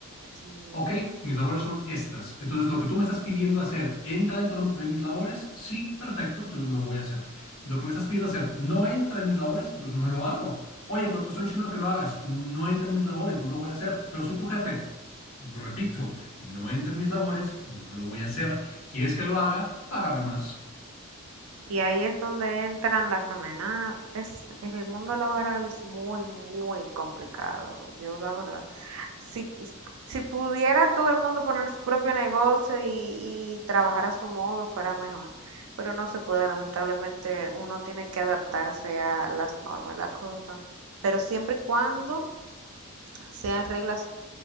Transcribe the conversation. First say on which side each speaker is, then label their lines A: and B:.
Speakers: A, on the right; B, on the left.
A: Sí.
B: Ok, mis labores son estas. Entonces, lo que tú me estás pidiendo hacer, ¿entra dentro de mis labores? Sí, perfecto, entonces lo voy a hacer. Lo que me estás pidiendo hacer, ¿no entra en mis labores? Entonces no lo hago. Oye, pero te estoy diciendo que lo hagas. No entra en mis labores, no lo voy a hacer. Pero soy tu jefe. Repito, no entra en mis labores, no lo voy a hacer. ¿Quieres que lo haga? Págame más.
A: Y ahí es donde entran las amenazas. Es, el mundo laboral es muy, muy complicado. Yo, la verdad, si, si pudiera todo el mundo poner su propio negocio y, y trabajar a su modo, fuera mejor. Pero no se puede, lamentablemente, uno tiene que adaptarse a las normas y las cosas. Pero siempre y cuando sean reglas